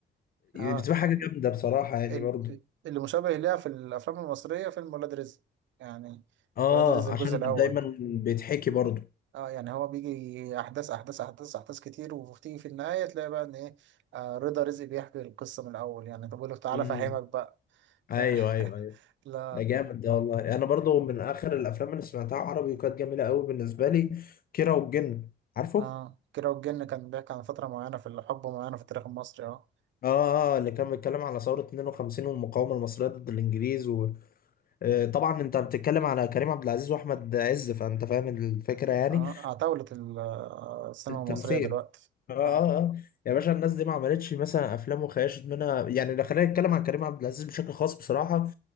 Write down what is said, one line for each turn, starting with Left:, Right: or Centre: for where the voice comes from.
Right: اه
Left: بتبقى حاجه جامده بصراحه يعني
Right: ال-
Left: برضو
Right: اللي مشابه ليها في الافلام المصريه فيلم ولاد رزق يعني
Left: اه
Right: ولاد رزق الجزء
Left: عشان
Right: الاول
Left: دايما بيتحكي برضو
Right: اه يعني هو بيجي احداث احداث احداث احداث كتير وبتيجي في النهايه تلاقي بقى ان ايه آه رضا رزق بيحكي القصه من الاول يعني طب بيقول له تعالى
Left: مم.
Right: افهمك بقى ف...
Left: ايوه
Right: <laughs>
Left: ايوه ايوه
Right: لا
Left: ده جامد ده والله انا برضو من اخر الافلام اللي سمعتها عربي وكانت جميله قوي بالنسبه لي كيرة والجن عارفه
Right: اه كيرة والجن كان بيحكي عن فتره معينه في الحقبه معينه في التاريخ المصري اه
Left: اه اه اه، اللي كان بيتكلم على ثورة 52 والمقاومة المصرية ضد الإنجليز آه، طبعا انت بتتكلم على كريم عبد العزيز واحمد عز فانت فاهم الفكره يعني
Right: اه اعتولت ال- آه، السينما
Left: التمثيل
Right: المصريه دلوقتي
Left: اه اه
Right: اه
Left: اه يا باشا الناس دي ما عملتش مثلا افلام وخيشت منها يعني لو خلينا نتكلم عن كريم عبد العزيز بشكل خاص بصراحه